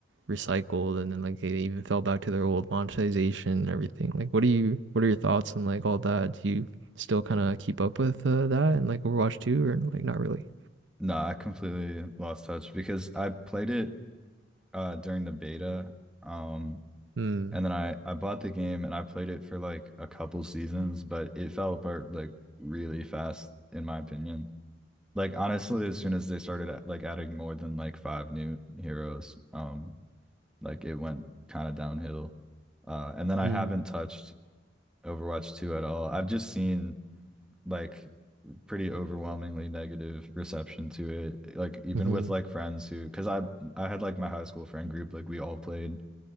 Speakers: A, on the right (about 85°); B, in the centre.
A: recycled and then like they even fell back to their old monetization and everything. Like what do you what are your thoughts on like all that? Do you still kind of keep up with uh, that and like Overwatch 2 or like not really?
B: No, I completely lost touch because I played it uh during the beta. Um
A: Mm,
B: and then I I bought the game and I played it for like a couple seasons, but it fell apart like really fast in my opinion. Like honestly, as soon as they started at, like adding more than like five new heroes, um like it went kind of downhill. Uh and then
A: mm,
B: I haven't touched Overwatch 2 at all. I've just seen like pretty overwhelmingly negative reception to it. Like even
A: hmm
B: with like friends who, because I I had like my high school friend group, like we all played